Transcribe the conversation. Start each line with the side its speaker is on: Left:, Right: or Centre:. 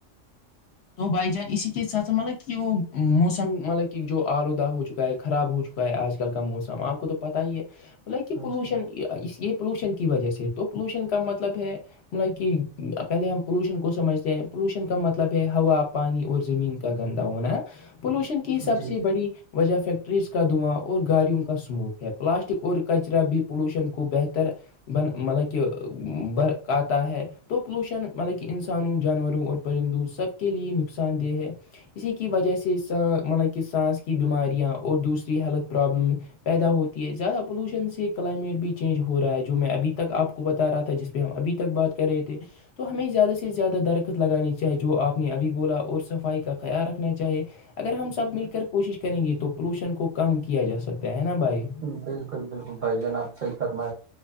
Left: تو بھائی جان اسی کے ساتھ س مطلب کہ موسم مطلب کہ جو آلودہ ہو چکا ہے خراب ہو چکا ہے ا ہے آج کل کا موسم آپ کو تو پتا ہی ہے مطلب کہ پولوشن
Right: جی
Left: اس یہ پولوشن کی وجہ سے تو پولوشن کا مطلب ہے مطلب کہ پہلے ہم پولوشن کو سمجھتے ہیں پولوشن کا مطلب پہ ہوا پانی اور زمین کا گندا ہونا ہے پولوشن کی سب
Right: جی
Left: سے بڑی وجہ فیکٹریز کا دعاں اور گاڑیوں کا اسموک ہے پلاسٹک اور کچرا بھی پولوشن کو بہتر بن مطلب کہ بر آتا ہے تو پلوشن مطلب کہ انسانوں جانوروں اور پرندوں سب کے لیے نقصان دہ ہے اسی کی وجہ سے مطلب کہ سانس کی بیماریاں اور دوسری ہیلتھ پرابلم پیدا ہوتی ہے زیادہ پولوشن سے کلائمیٹ بھی چینج ہو رہا ہے جو میں ابھی تک آپ کو بتا رہا تھا جس پہ ہم ابھی تک بات کر رہے تھے تو ہمیں زیادہ سے زیادہ درخت لگانانی چاہیے جو آپ نے ابھی بولا اور صفائی کا خیال رکھنا چاہیے اگر ہم سب مل کر کوشش کریں گے تو پولوشن کو کم کیا جا سکتا ہے نا بھائی
Right: بالکل بالکل بھائی جان آپ صحی فرمے